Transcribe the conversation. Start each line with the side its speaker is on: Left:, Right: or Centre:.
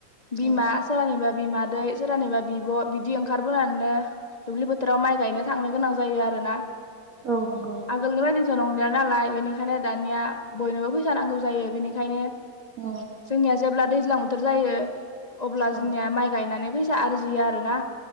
Left: बिमा
Right: औ
Left: सोरानिबा बिमा सोरानिबा बिब' बिदि ओंखारबोनानैनो दुब्लि फोथाराव माय गायनो थांनो गोनां जायो आरो ना।
Right: औ नंगौ
Left: आगोलनि बायदिथ' नंलिया नालाय बेनिखायनो दानिया बयनोबो फैसा नांगौ जायो बेनिखायनो
Right: औ
Left: जोंनिया जेब्ला दैज्लां बोथोर जायो। अब्ला जोंनिया
Right: औ
Left: माइ गायनानै फैसा आरजियो आरो ना।